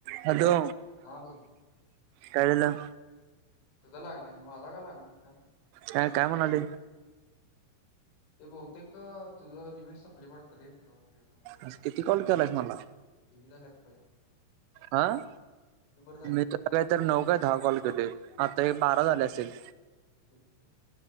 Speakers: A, on the right; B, on the left.
A: Hello.
B: हा बोल
A: काय झालं?
B: तुझा लागलाय की माझा काय लागना काय म्हणते?
A: काय काय म्हणाले?
B: ते बहुतेक तुझं लिमिट सप्ले वाटतं रे तुला संग बोलायच.
A: आज किती कॉल केलायस मला?
B: ढीग झाल्यात पड्या.
A: आं
B: झाल्यात
A: मी तुला इतर नऊ का दहा कॉल केले आता
B: हम्म
A: हे बारा झाले असेल.
B: तेच की